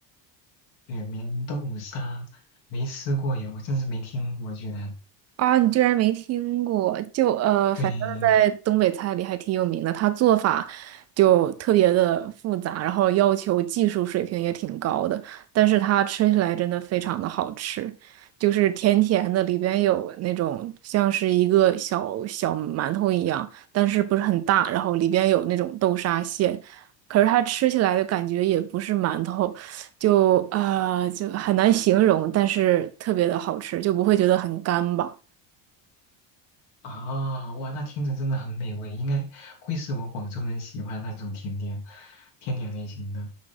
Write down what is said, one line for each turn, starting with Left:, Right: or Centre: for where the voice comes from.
Left: 雪棉豆沙没吃过耶，我真是没听过，居然。
Right: 啊，你居然没听过？就呃，
Left: 对
Right: 反正在东北菜里还挺有名的，它做法就特别的复杂，然后要求技术水平也挺高的，但是它吃起来真的非常的好吃，就是甜甜的，里边有那种像是一个小小馒头一样，但是不是很大，然后里边有那种豆沙馅，可是它吃起来的感觉也不是馒头，就呃就很难形容，但是特别的好吃，就不会觉得很干吧。
Left: 啊，哇，那听着真的很美味，应该会是我广州人喜欢的那种甜点，甜点类型的。